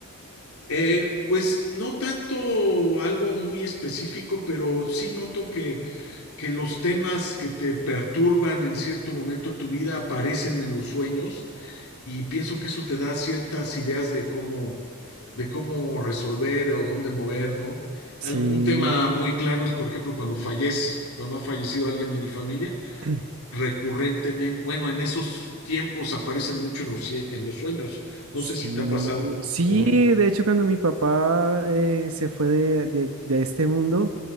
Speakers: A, on the left; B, on the right.
A: Eh, pues no tanto algo muy específico, pero sí noto que, que los temas que te perturban en cierto momento de tu vida aparecen en los sueños y pienso que eso te da ciertas ideas de cómo, de cómo resolver o dónde mover, ¿no? Al-
B: Sí.
A: Un tema muy claro es, por ejemplo, cuando fallece, cuando ha fallecido alguien de mi familia,
B: <clears throat>
A: recurrentemente, bueno, en esos tiempos aparecen mucho en los, cien- en los sueños. No
B: Sí,
A: sé si te ha pasado
B: sí,
A: o bueno,
B: de hecho cuando mi papá eh, se fue de, de- de este mundo,